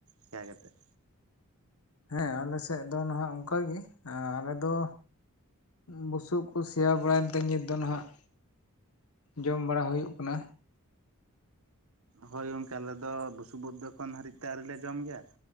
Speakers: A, on the right; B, on the left.
A: ᱥᱮᱭᱟ ᱠᱟᱛᱮᱜ
B: ᱦᱮᱸ ᱟᱞᱮᱥᱮᱜ ᱫᱚ ᱱᱟᱦᱟᱜ ᱚᱝᱠᱟ ᱜᱤ ᱮᱸ ᱟᱞᱮ ᱫᱚ ᱵᱩᱥᱩᱵ ᱠᱚ ᱥᱮᱭᱟ ᱵᱟᱲᱟᱭᱮᱱᱛᱮ ᱱᱤᱛ ᱫᱚ ᱱᱟᱦᱟᱜ ᱡᱚᱢ ᱵᱟᱲᱟ ᱦᱩᱭᱩᱜ ᱠᱟᱱᱟ᱾
A: ᱦᱳᱭ ᱜᱚᱝᱠᱮ ᱟᱞᱮ ᱫᱚ ᱵᱩᱥᱩᱵ ᱩᱫ ᱫᱚ ᱠᱚᱱ ᱦᱟᱹᱨᱤᱡᱛᱮ ᱟᱹᱣᱨᱤ ᱞᱮ ᱡᱚᱢ ᱜᱮᱭᱟ᱾